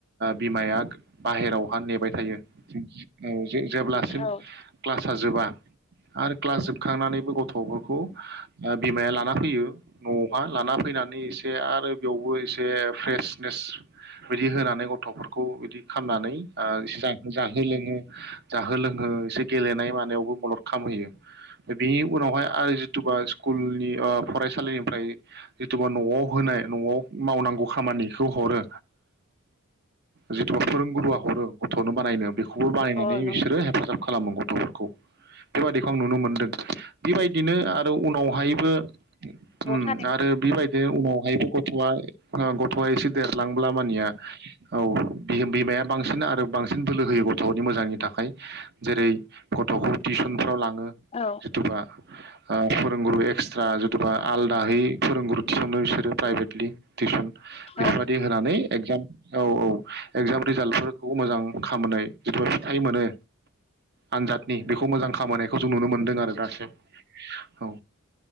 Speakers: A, on the right; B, on the left.
A: बिमाया बाहेरावहा नेबाय थायो ओ जे जेब्लासिम
B: औ
A: क्लासा जोबा आरो क्लास जोब खांनानैबो गथफोरखौ बिमाया लाना फैयो। न'आवहा लाना फैनानै एसे आरो बेयावबो एसे फ्रेसनेस बिदि होनानै गथ'फोरखौ बिदि खालामनानै ओ जा-जाहो लोङो जाहो लोंहो एसे गेलेनाय मानायावबो मदद खालामहोयो बेनि उनावहाय आरो जिथुबा स्कुलनि ओ फरायसालिनिफ्राय जिथुबा न'आव होनाय न'आव मावनांगौ खामानिखौ हरो जिथुबा फोरोंगुरुआ हरो गथनो बानायनो बेखौ बो बानायनानै
B: औ नंगौ
A: बिसोरो हेफाजाब खालामो गथ'फोरखौ। बेबादिखौ आं नुनो मोनदों बेबायदिनो आरो उनावहायबो उम
B: थारैनो
A: आरो बिबायदि बे उनावहायबो गथ'आ ओ गथ'आ एसे देरलांब्ला ओमबानिया औ बियो बिमाया बांसिन आरो बांसिन बोलो होयो गथ'फोनि मोजांनि थाखाय जेरै गथ, खौ टिउसन फ्राव लां
B: औ
A: <unintelligible> फोरोंगुरु एक्सट्रा जिथुबा आलदाहै फोरोंगुरु थिसननो बिसोरो प्राइभेटलि टिउसन बेफोरबायदि
B: औ नंगौ
A: होनानै एक्जाम औ औ एक्जाम रिजाल्टफोरखौ मोजां खामनाय जिथु फिथाय मोनो आनजादनि बेखौ मोजां खामोनायखौ जों नुनो मोनदों आरो दासिम औ